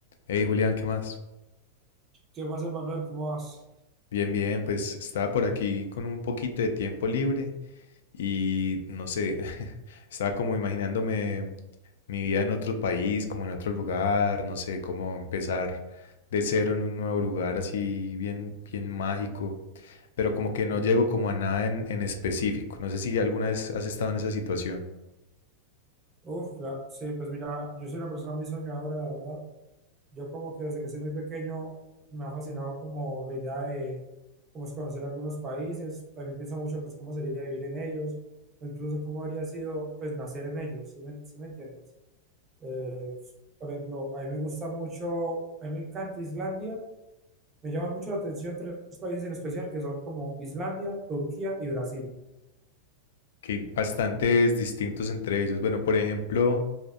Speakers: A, on the left; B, on the right.
A: Hey Julián, ¿qué más?
B: ¿Qué más, Emanuel? ¿Cómo vas?
A: Bien, bien, pues estaba por aquí con un poquito de tiempo libre y no sé, <laughs> estaba como imaginándome mi vida en otro país, como en otro lugar, no sé, como empezar de cero en un nuevo lugar así bien, bien mágico, pero como que no llego como a nada en, en específico. No sé si alguna vez has estado en esa situación,
B: Uf, la- sí, pues mira, yo soy una persona muy soñadora, la verdad. Yo como que desde que soy muy pequeño me ha fascinado como la idea de cómo es conocer algunos países. También pienso mucho pues cómo sería vivir en ellos, o incluso cómo habría sido pues nacer en ellos, ¿sí me, sí me entiendes? Eh, por ejemplo, a mí me gusta mucho, a mí me encanta Islandia. Me llaman mucho la atención tres países en especial que son como Islandia, Turquía y Brasil.
A: que hay bastantes distintos entre ellos. Bueno, por ejemplo...